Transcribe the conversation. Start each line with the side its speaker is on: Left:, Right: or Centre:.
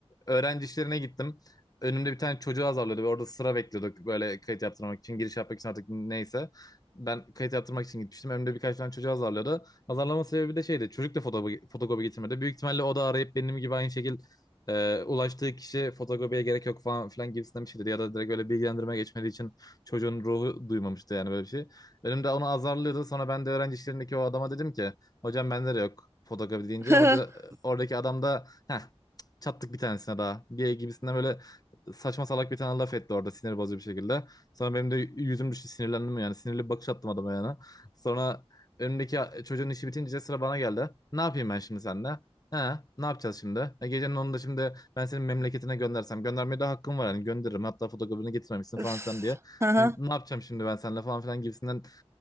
Left: öğrenci işlerine gittim. Önümde bir tane çocuğu azarlıyordu ve orada sıra bekliyorduk böyle kayıt yaptırmak için, giriş yapmak için artık neyse. Ben kayıt yaptırmak için gitmiştim. Önümde birkaç tane çocuğu azarlıyordu. Azarlama sebebi de şeydi. Çocuk da fotokopi, fotokopi getirmedi. Büyük ihtimalle o da arayıp benim gibi aynı şekil e, ulaştığı kişi fotokopiye gerek yok falan filan gibisinden bir şey dedi. Ya da direkt öyle bilgilendirme geçmediği için çocuğun ruhu duymamıştı yani böyle bir şey. Önümde onu azarlıyordu. Sonra ben de öğrenci işlerindeki o adama dedim ki hocam bende de yok fotoğrafı deyince
Right: <laughs>
Left: hoca da- oradaki adam da heh, Çattık bir tanesine daha. Diye gibisinden böyle saçma salak bir tane laf etti orada sinir bozucu bir şekilde. Sonra benim de yüzüm düştü sinirlendim yani. Sinirli bir bakış attım adama yani. Sonra önümdeki çocuğun işi bitince sıra bana geldi. Ne yapayım ben şimdi seninle? He, ne yapacağız şimdi? E, gecenin onunda şimdi ben senin memleketine göndersem göndermeye de hakkım var yani gönderirim. Hatta fotoğrafını getirmemişsin
Right: Öf.
Left: falan filan diye.
Right: Hı hı.
Left: N- ne yapacağım şimdi ben seninle falan filan gibisinden